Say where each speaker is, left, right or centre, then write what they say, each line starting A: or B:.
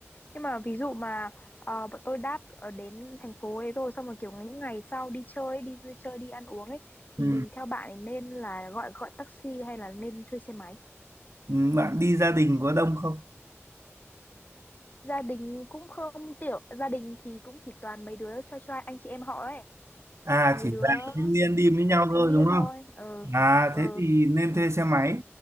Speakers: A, on the left (about 35°); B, on the right (about 70°).
A: Nhưng mà ví dụ mà ờ, bọn tôi đáp ở đến thành phố ấy rồi xong rồi kiểu những ngày sau đi chơi ấy, đi vui chơi đi ăn uống ấy thì
B: ừ.
A: theo bạn ấy nên là gọi gọi taxi hay là nên thuê xe máy?
B: Ừ, bạn đi gia đình có đông không
A: Gia đình cũng không tiểu, gia đình thì cũng chỉ toàn mấy đứa trai trai anh chị em họ ấy,
B: à
A: mấy
B: chỉ
A: đứa
B: là
A: th-
B: thanh niên đi với nhau thôi
A: thanh niên
B: đúng không
A: thôi. Ờ
B: à
A: ờ
B: thế thì nên thuê xe máy